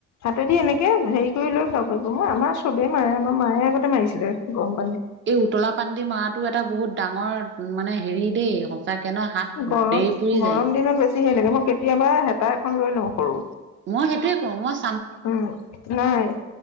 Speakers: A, on the left (about 65°); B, on the right (about 40°).
A: হাতেদি এনেকে হেৰি কৰি লৈ খাব পাৰিব। মই আমাৰ চবেই মাৰে আমাৰ মায়ে আগতে মাৰিছিলে গম।
B: এই উতলা পানডি মাৰটো এটা বহুত ডাঙৰ মানে হেৰি দেই তাকে নহ হাত
A: গৰম
B: দেই পুৰি
A: গৰম
B: যায়।
A: <unintelligible> মই কেতিয়াবা হেতা এখন লৈ লওঁ সৰু।
B: মই সেইটোয়ে কও মইচ
A: উম, নাই